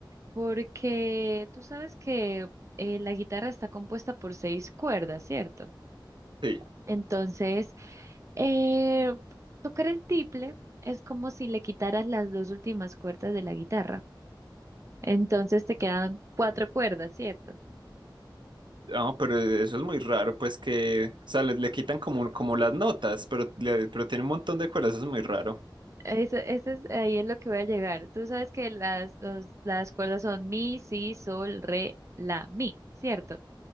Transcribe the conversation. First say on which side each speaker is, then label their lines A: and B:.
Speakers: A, on the right (about 35°); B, on the right (about 70°).
A: Porque tú sabes que eh, la guitarra está compuesta por seis cuerdas, ¿cierto?
B: Sí,
A: Entonces, Eh, tocar el tiple es como si le quitaras las dos últimas cuerdas de la guitarra. Entonces te quedan cuatro cuerdas, ¿cierto?
B: no, pero eso es muy raro, pues que, o sea, le, le quitan como, como las notas, pero, le- pero tiene un montón de cuerdas, eso es muy raro.
A: Eso, eso es, ahí es lo que voy a llegar. Tú sabes que las, los- las cuerdas son mi, si, sol, re, la, mi, ¿cierto?